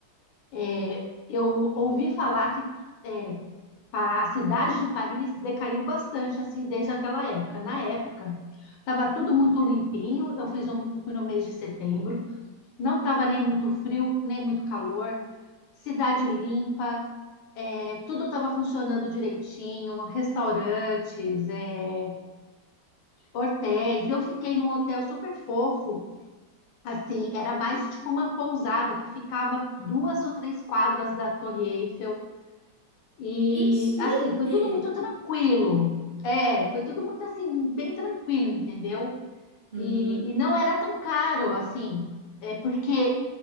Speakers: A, on the left (about 85°); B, on the right (about 55°).
A: é, eu ouvi falar que é, Pa- A cidade de Paris decaiu bastante assim desde aquela época. Na época, estava tudo muito limpinho. Eu fiz um, eu fui no mês de setembro, não estava nem muito frio, nem muito calor. Cidade limpa, é, tudo estava funcionando direitinho, restaurantes, é, hotéis. Eu fiquei num hotel super fofo, assim, era mais tipo uma pousada que ficava duas ou três quadras da Torre Eiffel. E
B: Que chique!
A: assim, foi tudo muito tranquilo. É, foi tudo muito assim, bem tranquilo, entendeu?
B: Uhum.
A: E, e não era tão caro assim, é porque